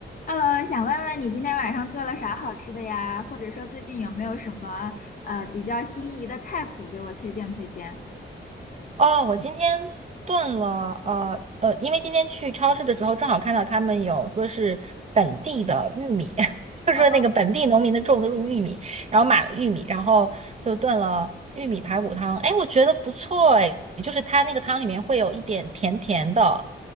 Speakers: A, on the left (about 45°); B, on the right (about 35°).
A: Hello，想问问你今天晚上做了啥好吃的呀？或者说最近有没有什么呃比较心仪的菜谱给我推荐推荐？
B: 哦，我今天炖了，呃呃，因为今天去超市的时候，正好看到他们有说是本地的玉米，<laughs> 就是说那个本地农民的种的玉米，
A: 哦
B: 然后买了玉米，然后就炖了玉米排骨汤。哎，我觉得不错，哎，就是它那个汤里面会有一点甜甜的，